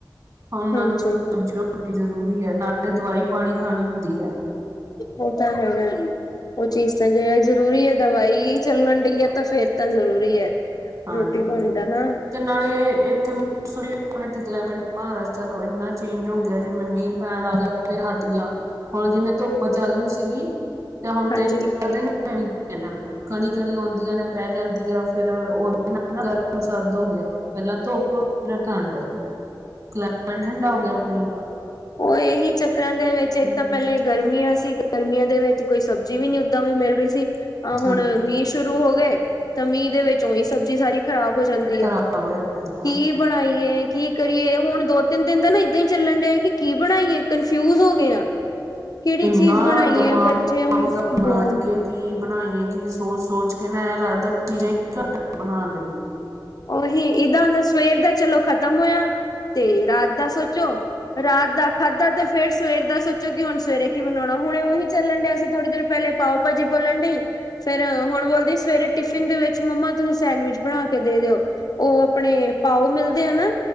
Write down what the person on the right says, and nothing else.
ਉਹਨਾਂ
ਨੂੰ ਤਾਂ ਸਬਜ਼ੀ ਰੋਟੀ ਜ਼ਰੂਰੀ ਹੈ ਨਾਲੇ ਦਵਾਈ ਪਾਣੀ ਖਾਣੀ ਹੁੰਦੀ ਹੈ।
ਹਾਂਜੀ
ਤੇ ਨਾਲੇ ਇੱਥੇ ਮੋਸਲੀ ਆਪਣੇ ਇਥੇ ਕਲਾਈਮੇਟ ਬਣਾ ਰਿਹਾ ਸੀ ਤੋਂ ਇੰਨਾ ਚੇਂਜ ਹੋ ਗਿਆ। ਜਿਵੇਂ ਮੀਂਹ ਪੈਣ ਲੱਗ ਫਿਰ ਹਟ ਗਿਆ। ਹੁਣ ਜਿਵੇਂ, ਧੁੱਪ ਚਾਲੂ ਸੀਗੀ ਤੇ ਹੁਣ
ਤਿੰਨ ਚਾਰ ਦਿਨ ਚ, ਭੈਣੀ ਇਹਨਾਂ ਨੂੰ ਕਣੀ- ਕਣੀ ਆਉਂਦੀਆਂ ਨੇ ਪੈ ਜਾਂਦੀ ਆ ਫਿਰ ਉਹਦੇ ਨਾਲ ਗਰਮ ਸਰਦ ਹੋ, ਗਿਆ ਪਹਿਲਾਂ ਧੁੱਪ ਫਿਰ ਠੰਡ ਕਲਾਮੇਟ ਠੰਡਾ ਹੋ ਗਿਆ ਪਾਣੀ ਦਾ
ਨਹੀਂ
ਹਾਂਜੀ
ਖਰਾਬ ਹੋ ਜਾਂਦੀ ਹਾਂਜੀ
ਇੰਨਾ
ਦਿਮਾਗ
ਦਾ ਬਣਾਈਏ
ਕੀ ਬਣਾਈਏ ਕੀ ਸੋਚ-ਸੋਚ ਕੇ ਐ ਲੱਗਦਾ ਚੀਜ਼ਾਂ ਘੱਟ ਬਣਾ ਲਈਏ